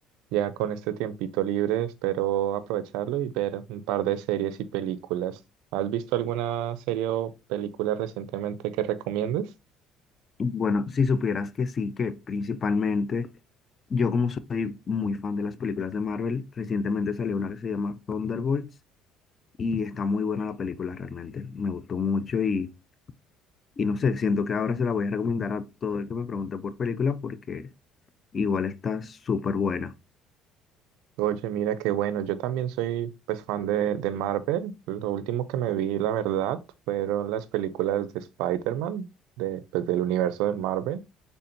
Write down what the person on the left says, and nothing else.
Bueno, si supieras que sí, que principalmente yo como soy muy fan de las películas de Marvel, recientemente salió una que se llama Thunderbolts y está muy buena la película realmente. Me gustó mucho y, y no sé, siento que ahora se la voy a recomendar a todo el que me pregunte por película porque igual está súper buena.